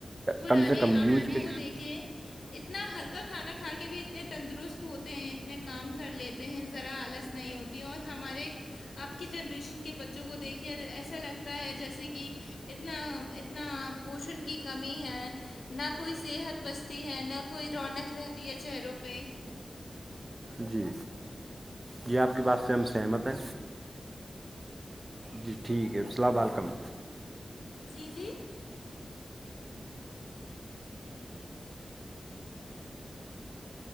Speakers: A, on the left (about 75°); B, on the right (about 25°).
A: پرانے
B: کم سے کم
A: آپ
B: یوج
A: لوگوں
B: پہ
A: کو دیکھے اتنا ہلکا کھانا کھا کے بھی اتنے تندرست ہوتے ہیں اتنے کام کر لیتے ہیں ذرا آلس نہیں ہوتی اور ہمارے اب کی جنریشن کے بچوں کو دیکھے ایسا لگتا ہے جیسے کہ اتنا اتنا پوشن کی کمی ہے نہ کوئی صحت بچتی ہے نہ کوئی رونق رہتی ہے چہروں پہ
B: جی جی آپ کی بات سے ہم سحمت ہیں جی ٹھیک ہے السلام علیکم
A: جی جی